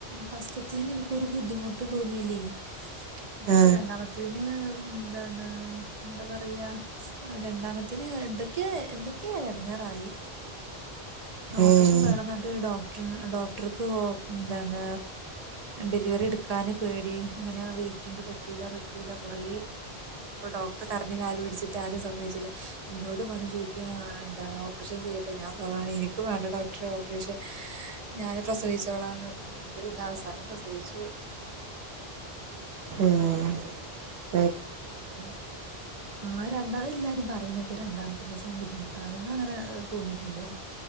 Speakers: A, on the right; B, on the right.
A: ഫസ്റ്റതേന് എനിക്കൊരു ബുദ്ധിമുട്ടും തോന്നിയില്ലേ പക്ഷെ
B: ആഹ്
A: രണ്ടാമത്തേന് എന്താണ് എന്താ പറയാ രണ്ടാമത്തിന് എന്തൊക്കെയോ എന്തൊക്കെയോ എടാങ്ങേറായി ഓപ്പറേഷൻ
B: ഏഹ്
A: വേണം എന്നട്ട് ഡോക്ട ഡോക്ടർക്ക് എന്താണ് ഡെലിവറി എടുക്കാന് പേടി ഇങ്ങനെ വെയിറ്റ് ഉണ്ട് പറ്റൂല പറ്റൂല കുറേ ഡോക്ടറെ കരഞ്ഞു കാലും പിടിച്ചിട്ട് ആരും സമ്മതിച്ചില്ല എന്നോട് വന്ന് ചോദിക്കുക എന്താണ് ഓപ്പറേഷൻ ചെയ്യട്ടെന്ന് ഞാൻ പറഞ്ഞു <inaudible> വേണ്ട ഡോക്ടറെ ഓപ്പറേഷൻ ഞാൻ പ്രസവിച്ചോളാന്ന് പറഞ്ഞു എന്നിട്ട് പിന്നെ അവസാനം പ്രസവിച്ചു <unintelligible>
B: ആഹ്
A: <inaudible> ആ രണ്ടാ എല്ലാരും പറയുന്നൊക്കെ രണ്ടാമത്തെ പ്രസവം ബുദ്ധിമുട്ടാണെന്ന് അങ്ങനെ തോന്നിയിട്ടുണ്ടോ